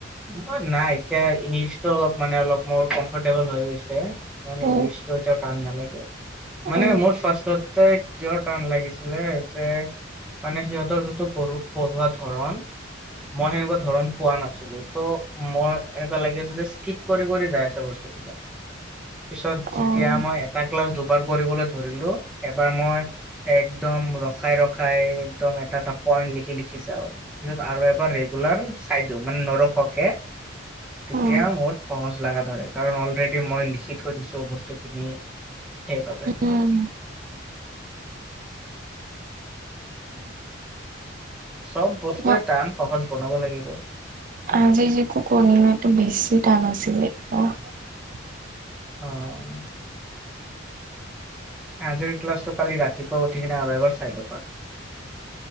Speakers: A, in the centre; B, on the right.
A: মই, নাই এতিয়া ইংলিছটো অলপ মানে অলপ মোৰ কমফৰ্টেবল হৈ গৈছে। কাৰণ
B: উম
A: ইংলিছটো এতিয়া টান নালাগে, মানে
B: উম
A: মোৰ ফাৰ্ষ্টটে কিয় টান লাগিছিলে, যে মানে সিহঁতৰ, যিটো পঢ়া, পঢ়োৱা ধৰণ মই সেনেকুৱা ধৰণ পোৱা নাছিলোঁ। ত' মই এনেকুৱা লাগি আছে, যে স্কিপ কৰি কৰি যাই আছে বস্তুটো পিছত
B: উম
A: যেতিয়া মই এটা ক্লাছ দুবাৰ কৰিবলৈ ধৰিলোঁ এবাৰ মই একদম একদম ৰখাই ৰখাই একদম এটা এটা পইন্ট লিখি লিখি যাওঁ পিছত আৰু এবাৰ ৰেগুলাৰ <unintelligible> মানে নৰখোৱাকে তেতিয়া
B: উম
A: মোৰ সহজ লগা ধৰে কাৰণ অলৰেডি মই লিখি থৈ দিছোঁ বস্তুখিনি। সেইবাবে
B: উম
A: চব বস্তুৱে
B: মই
A: টান সহজ বনাব লাগিব।
B: আজি যে কৰিলোঁ, এইটো বেছি টান আছিলে <unintelligible>
A: অ'। আজিৰ ক্লাছটো কালি ৰাতিপুৱা উঠি কিনে আৰু এবাৰ চাই ল'বা।